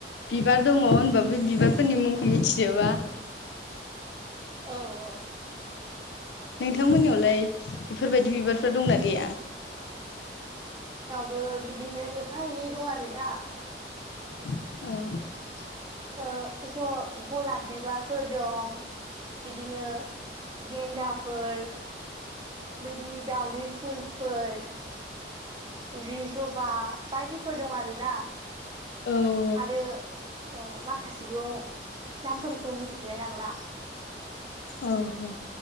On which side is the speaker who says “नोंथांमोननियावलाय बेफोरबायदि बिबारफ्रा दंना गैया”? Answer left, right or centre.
Left